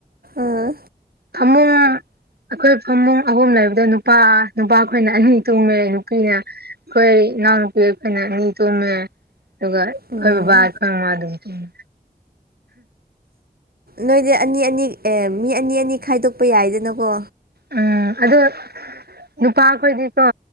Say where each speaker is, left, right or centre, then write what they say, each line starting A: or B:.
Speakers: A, on the right (about 70°); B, on the right (about 90°).
A: ꯑꯥ
B: ꯐꯃꯨꯡ ꯑꯩꯈꯣꯏ ꯐꯃꯨꯡ ꯑꯍꯨꯝ ꯂꯩꯕꯗ ꯅꯨꯄꯥ ꯅꯨꯄꯥꯈꯣꯏꯅ ꯑꯅꯤ ꯇꯨꯝꯃꯦ ꯅꯨꯄꯤꯅ ꯑꯩꯈꯣꯏ ꯏꯅꯥꯎꯅꯨꯄꯤ ꯑꯩꯈꯣꯏ ꯇꯨꯝꯃꯦ ꯑꯗꯨꯒ
A: ꯎꯝ
B: ꯑꯩꯈꯣꯏ ꯃꯃꯥ ꯕꯥꯕꯥꯁꯨ ꯇꯨꯝꯃꯦ
A: ꯅꯣꯏꯗꯤ ꯑꯅꯤ ꯑꯅꯤ ꯑꯦ ꯃꯤ ꯑꯅꯤ ꯑꯅꯤ ꯈꯥꯏꯗꯣꯛꯄ ꯌꯥꯏꯗꯅꯀꯣ
B: ꯎꯝ ꯑꯗꯣ ꯅꯨꯄꯥꯈꯣꯏꯗꯤꯀꯣ